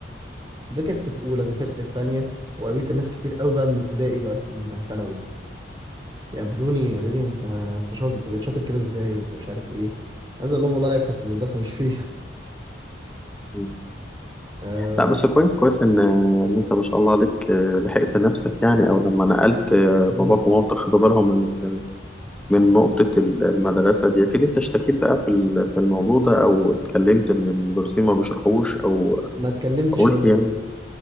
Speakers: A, on the right (about 25°); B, in the centre.
A: ذاكرت في اولى ذاكرت في تانية وقابلت ناس كتير قوي بقى من ابتدائي بقى في الثانوي دي يقابلوني يقولوا لي انت انت شاطر انت بقيت شاطر كده ازاي انت مش عارف ايه عايز اقول لهم والله العيب كان في المدرسة مش فيه
B: مم.
A: <laughs>
B: لا بس كويس كويس ان ان انت ما شاء الله عليك آه، لحقت نفسك يعني او لما نقلت آه،
A: مم.
B: باباك ومامتك خدوا بالهم من ال- من نقطة ال- المدرسة دي اكيد انت اشتكيت بقى في ال- في الموضوع ده او اتكلمت ان المدرسين ما بيشرحوش او
A: ما اتكلمتش
B: قلت
A: اقول
B: يعني
A: لك